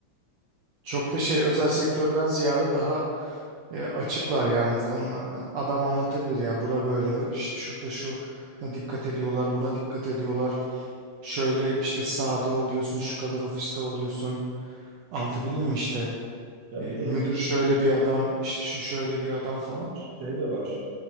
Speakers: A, on the right; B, on the right.
A: Çok da şey özel sektörden ziyade daha e, açıklar yani o konularda. Adam anlatabilir ya bura böyle işte şurada şuna dikkat ediyorlar buna dikkat ediyorlar. Şöyle işte sahada oluyorsun şu kadar ofiste oluyorsun. Anlatabildim
B: Hı hı.
A: mi işte?
B: Ya
A: E,
B: bir de
A: müdür şöyle bir adam işte şu şöyle bir adam falan.
B: şey de var